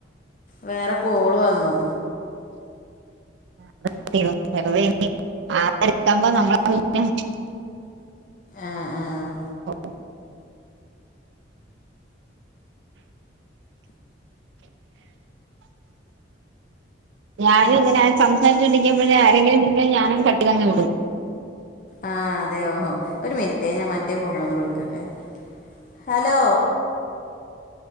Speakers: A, on the left; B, on the right.
A: വേറെ കോള് വന്നു
B: <unintelligible>
A: ആഹ് ആഹ്
B: ആ ഞാനും അങ്ങനെ സംസാരിച്ചൊണ്ടിരിക്കുമ്പോഴേ ആരെങ്കിലും ഞാനും കട്ടി തങ്ങ വിടും
A: ആഹ് അതെയ ഓഹോ ഒരു മിനിറ്റ് ഞാൻ മറ്റേ ഫോണിലൊന്ന് വിളിക്കട്ടെ ഹലോ